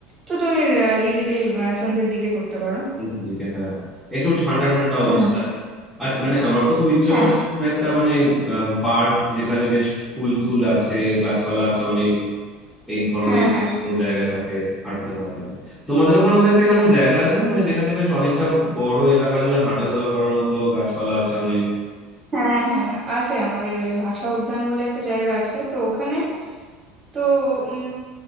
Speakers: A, on the right (about 25°); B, in the centre.
A: তো তুমি ইজিলি সন্ধ্যের দিকে করতে পারো
B: সন্ধ্যের দিকে হ্যাঁ একটু ঠান্ডা ঠান্ডা অবস্থা
A: হুম
B: আর মানে আমার তো খুব ইচ্ছে
A: হ্যাঁ
B: করে যে কোনো একটা মানে পার্ক যেখানে বেশ ফুল টুল আছে গাছপালা আছে অনেক এই ধরনের
A: হ্যাঁ হ্যাঁ
B: যদি কোনো জায়গা থাকে হাঁটতে পারবে তোমাদের ওখানে বোধহয় একটা এরকম জায়গা আছে না মানে যেখানটা বেশ অনেকটা বড় এলাকা জুড়ে হাঁটাচলা করার মতো গাছপালা আছে অনেক
A: হ্যাঁ হ্যাঁ আছে আমাদের ওই ভাষা উদ্যান বলে একটা জায়গা আছে তো ওখানে তো উম